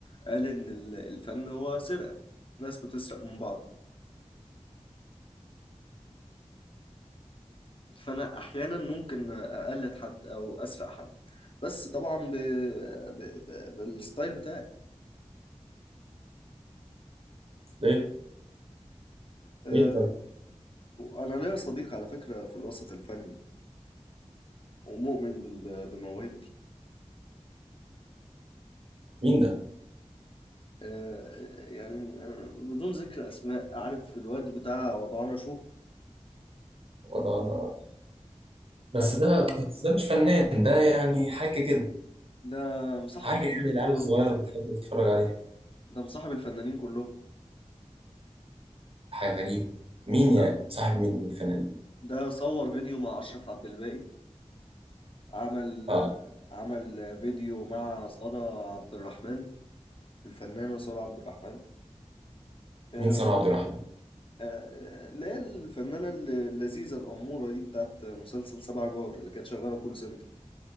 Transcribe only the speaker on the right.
ليه؟
ليه طيب؟
مين ده؟
ولا بس
ده بس ده مش فنان ده يعني حاجة كده
حاجة
يعني العيال
الصغيرة بتحب تتفرج عليها
حاجة غريبة مين يعني
صاحب مين من الفنانين
اه
مين سارة عبد الرحمن